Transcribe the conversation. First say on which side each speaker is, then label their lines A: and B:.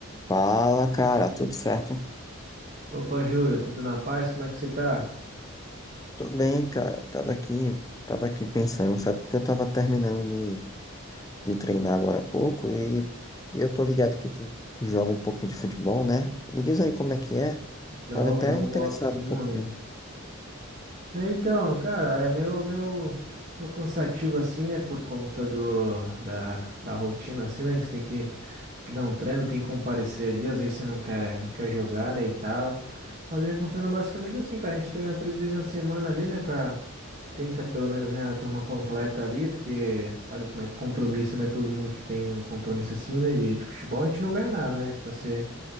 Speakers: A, on the left (about 15°); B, on the right (about 35°).
A: Fala, cara, tudo certo?
B: Opa, Júlia, tudo na paz? Como é que você tá?
A: Tudo bem, cara. Tava aqui, tava aqui pensando, sabe? Porque eu tava terminando de, de treinar agora há pouco e, e eu tô ligado que tu, tu joga um pouquinho de futebol, né? Me diz aí como é que é.
B: Jogo,
A: Tava até
B: jogo
A: interessado
B: bola sim,
A: um pouquinho.
B: mano. É, Então, cara, é meu, meu, meu cansativo assim, né? Por conta do, da, da rotina, assim, né? Que você tem que, tem que dar um treino, tem que comparecer ali, às vezes você não quer, não quer jogar, né? E tal. Mas aí funciona basicamente assim, cara. A gente treina três vezes na semana ali, né, cara? Tenta pelo menos, né, a turma completa ali, porque sabe como é que compromisso, né? Todo mundo que tem um compromisso assim, né? De, de futebol, a gente não ganha nada, né? Pra ser,